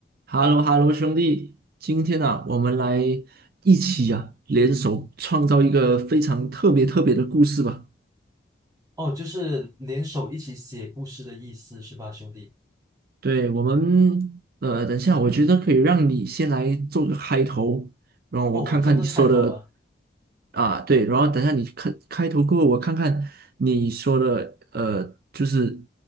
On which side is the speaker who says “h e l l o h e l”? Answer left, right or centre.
Right